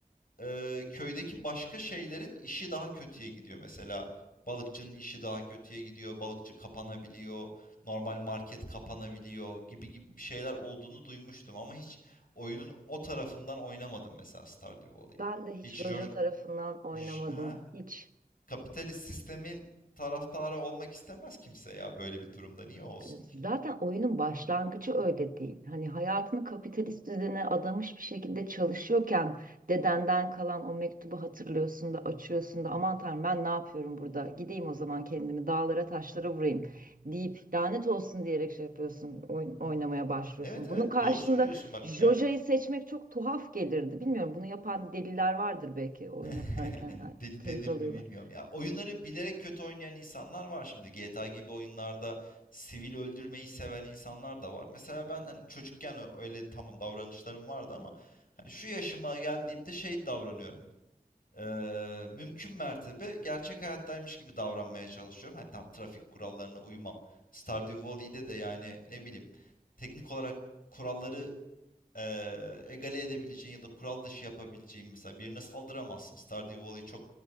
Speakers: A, on the left; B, on the right.
A: e, köydeki başka şeylerin işi daha kötüye gidiyor. Mesela balıkçının işi daha kötüye gidiyor. Balıkçı kapanabiliyor. Normal market kapanabiliyor gibi gibi bir şeyler olduğunu duymuştum ama hiç oyunun o tarafından oynamadım mesela Stardew Valley'i.
B: Ben de hiç
A: Hiç
B: Roja
A: jo-
B: tarafından oynamadım.
A: J- Ha?
B: Hiç.
A: Kapitalist sistemin taraftarı olmak istemez kimse ya böyle bir durumda. Niye olsun
B: yani
A: ki?
B: Zaten oyunun başlangıcı öyle değil. Hani hayatını kapitalist düzene adamış bir şekilde çalışıyorken dedenden kalan o mektubu hatırlıyorsun da açıyorsun da aman tanrım ben ne yapıyorum burada? Gideyim o zaman kendimi dağlara taşlara vurayım deyip lanet olsun diyerek şey yapıyorsun oyn- oynamaya başlıyorsun.
A: Evet evet
B: Bunun karşında
A: doğru söylüyorsun bak.
B: Joja'yı
A: Evet.
B: seçmek çok tuhaf gelirdi. Bilmiyorum bunu yapan deliler vardır belki oyun
A: <laughs>
B: oynarken yani
A: Deli
B: keyif
A: denir
B: alıyorlar.
A: mi bilmiyorum ya. Oyunları bilerek kötü oynayan insanlar var şimdi. GTA gibi oyunlarda sivil öldürmeyi seven insanlar da var. Mesela ben hani çocukken ö- öyle tamam davranışlarım vardı ama hani şu yaşıma geldiğimde şey davranıyorum. Eee, mümkün mertebe gerçek hayattaymış gibi davranmaya çalışıyorum. Hani tam trafik kurallarına uymam. Stardew Valley'de de yani ne bileyim teknik olarak kuralları eee egale edebileceğin ya da kural dışı yapabileceğin mesela birine saldıramazsın. Stardew Valley çok